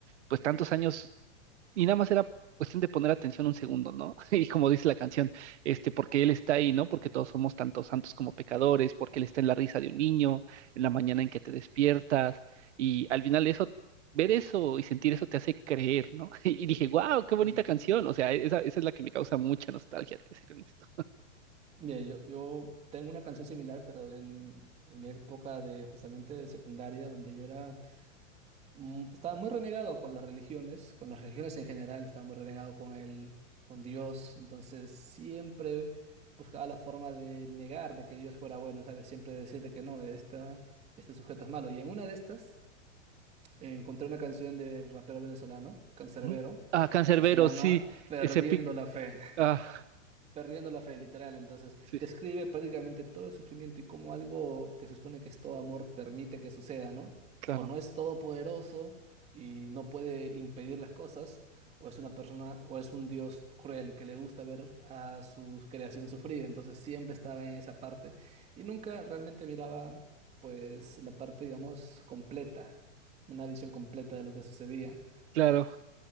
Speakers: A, on the right (about 65°); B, on the right (about 15°).
A: pues tantos años y nada más era cuestión de poner atención un segundo, ¿no? <laughs> Y como dice la canción, este, porque Él está ahí, ¿no? Porque todos somos tanto santos como pecadores, porque Él está en la risa de un niño, en la mañana en que te despiertas, y al final eso, ver eso y sentir eso te hace creer, ¿no? <laughs> Y, dije, wow, qué
B: mm.
A: bonita canción, o sea, esa, esa es la que me causa mucha nostalgia, te seré honesto.
B: Bien, yo, yo tengo una canción similar, pero en, en mi época de justamente de secundaria, donde yo era, mm, estaba muy renegado con las religiones, con las religiones en general, estaba muy renegado con el, con Dios, entonces siempre buscaba la forma de negar de que Dios fuera bueno, ¿sabes? Siempre decir de que no, esta, este sujeto es malo. Y en una de estas encontré una canción del rapero venezolano, Cancerbero
A: Ujú. Ah, Cancerbero,
B: que se llama
A: sí,
B: Perdiendo
A: ese pic,
B: la Fe.
A: ah,
B: Perdiendo la fe, literal. Entonces,
A: sí,
B: describe prácticamente todo el sufrimiento y cómo algo que se supone que es todo amor permite que suceda, ¿no?
A: claro,
B: O no es todopoderoso y no puede impedir las cosas, o es una persona, o es un dios cruel que le gusta ver a su creación sufrida. Entonces, siempre estaba en esa parte y nunca realmente miraba, pues, la parte, digamos, completa, una visión completa de lo que sucedía.
A: claro,